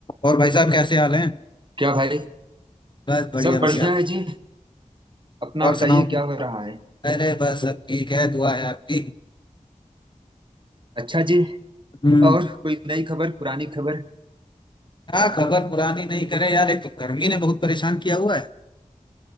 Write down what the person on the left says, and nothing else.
और भाई साहब कैसे हाल हैं
बस बढ़िया
बढ़िया
और
सुनाओ
अरे बस सब ठीक है दुआ है आपकी
हम्म
क्या खबर पुरानी नहीं करे यार एक तो गर्मी ने बहुत परेशान किया हुआ है